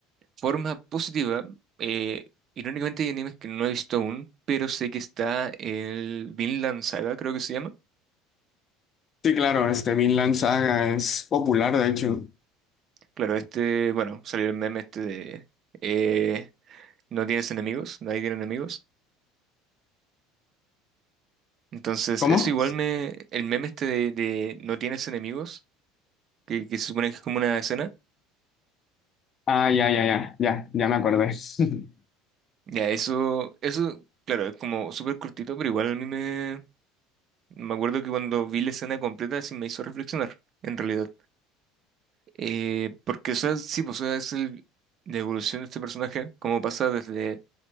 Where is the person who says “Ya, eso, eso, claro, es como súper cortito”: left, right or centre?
Right